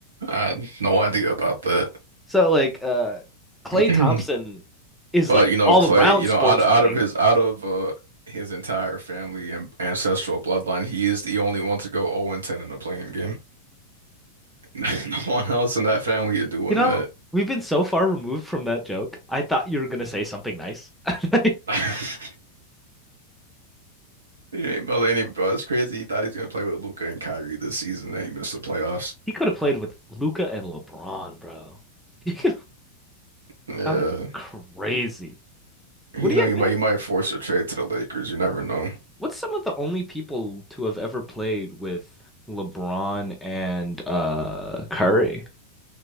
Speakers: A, on the right; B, in the centre.
A: I had no idea about that.
B: So like uh Klay
A: <clears throat>
B: Thompson is
A: But
B: like
A: you know,
B: all
A: Clay,
B: around
A: you
B: sports
A: know, out out
B: winning.
A: of his out of uh his entire family and ancestral bloodline, he is the only one to go 0-10 and ten in a playing game. <laughs> No one else in that family is doing
B: You know,
A: that.
B: we've been so far removed from that joke. I thought you were gonna say something nice. <laughs>
A: <laughs> He ain't about to any bro. It's crazy. He thought he was gonna play with Luca and Kyrie this season, and he missed the playoffs.
B: He could have played with Luca and LeBron, bro. <laughs>
A: Yeah.
B: that would have been crazy.
A: You
B: Would he
A: know,
B: have
A: you
B: been?
A: might you might force a trade to the Lakers. You never know.
B: What's some of the only people to have ever played with LeBron and uh Curry?